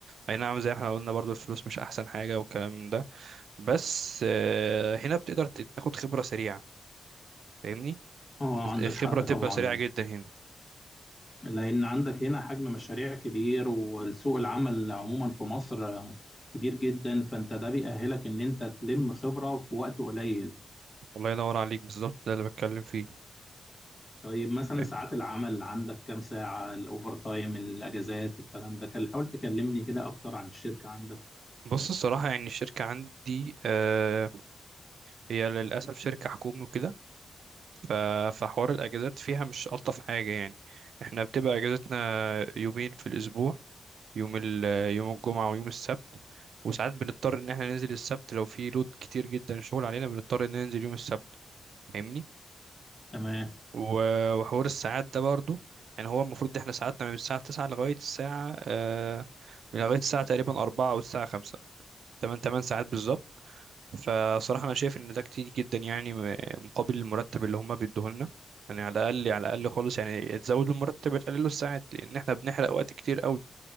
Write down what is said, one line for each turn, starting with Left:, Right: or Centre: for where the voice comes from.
Right: اي نعم زي ما احنا قلنا برضو الفلوس مش احسن حاجه والكلام ده بس آه، هنا بتقدر ت- تاخد خبره سريعه فاهمني
Left: اه عندك حق
Right: خبره تبقى
Left: طبعا
Right: سريعه جدا هنا
Left: لأن عندك هنا حجم مشاريع كبير والسوق العمل عموما في مصر كبير جدا فأنت ده بيأهلك إن أنت تلم خبرة في وقت قليل
Right: الله ينور عليك بالظبط ده اللي بتكلم فيه
Left: طيب مثلا
Right: فاهم؟
Left: ساعات العمل عندك كام ساعة الأوفر تايم الأجازات الكلام ده كان حاول تكلمني كده أكتر عن الشركة عندك
Right: بص الصراحة يعني الشركة عندي آه، هي للأسف شركة حكومي وكده ف- فحوار الأجازات فيها مش ألطف حاجة يعني احنا بتبقى أجازتنا يومين في الأسبوع يوم ال يوم الجمعة ويوم السبت وساعات بنضطر إن احنا ننزل السبت لو في لود كتير جدا شغل علينا بنضطر إن ننزل يوم السبت فاهمني
Left: تمام
Right: و- وحوار الساعات ده برضو يعني هو المفروض احنا ساعاتنا من الساعة 9 لغاية الساعة آه، من لغاية الساعة تقريبا 4 أو الساعة 5 تمن تمن ساعات بالظبط فصراحة أنا شايف إن ده كتير جدا يعني م- مقابل المرتب اللي هما بيدوه لنا يعني على الأقل على الأقل خالص يعني تزود له المرتب تقلله الساعات لأن إحنا بنحرق وقت كتير قوي